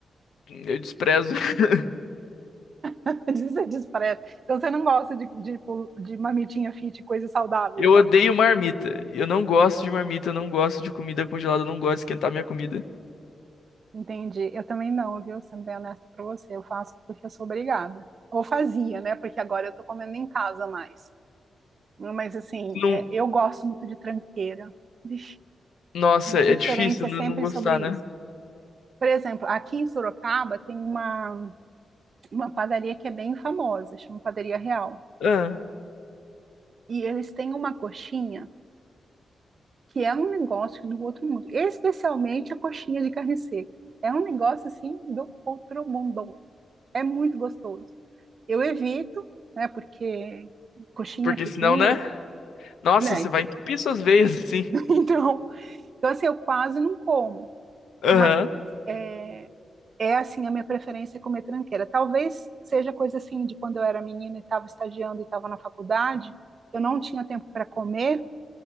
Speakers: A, on the left; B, on the right.
A: eu desprezo. <laughs>
B: <laughs> Você despreza. Então você não gosta de, de, tipo, de mamitinha fit, coisa saudável,
A: Eu
B: assim.
A: odeio marmita. Eu não gosto de marmita, eu não gosto de comida congelada, eu não gosto de esquentar minha comida.
B: Entendi. Eu também não, viu? Sendo bem honesta pra você, eu faço porque eu sou obrigada. Ou fazia, né? Porque agora eu tô comendo em casa mais. Mas assim,
A: Não,
B: é, eu gosto muito de tranqueira. Vixe,
A: nossa,
B: De
A: é
B: preferência
A: difícil
B: é
A: né,
B: sempre
A: não gostar,
B: sobre
A: né?
B: isso. Por exemplo, aqui em Sorocaba tem uma, uma padaria que é bem famosa, chama Padaria Real.
A: Ah,
B: E eles têm uma coxinha que é um negócio do outro mundo, especialmente a coxinha de carne seca. É um negócio assim do outro mundo. É muito gostoso. Eu evito, né, porque coxinha,
A: porque
B: é fritura,
A: senão, né? Nossa,
B: né?
A: você vai
B: <laughs>
A: entupir suas veias, <laughs> assim.
B: Então, então assim, eu quase não como,
A: Aham.
B: mas é, é assim a minha preferência é comer tranqueira. Talvez seja coisa assim de quando eu era menina e estava estagiando e estava na faculdade, eu não tinha tempo para comer